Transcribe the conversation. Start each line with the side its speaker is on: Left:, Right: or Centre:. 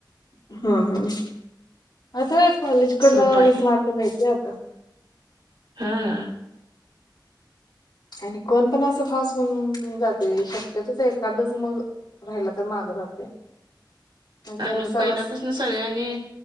Left: हम्म हम्म आता काय कॉलेज कडनं
Right: सोपं आहे
Left: वीस मार्क मिळत्यात हो
Right: हा
Left: आणि कोण पण असं फास होऊन जाते शक्यतच एखादंच मग राहिला तर माग राहते नाहीतर
Right: आणि
Left: सर्रास
Right: पहिल्यापासून सगळ्यांनी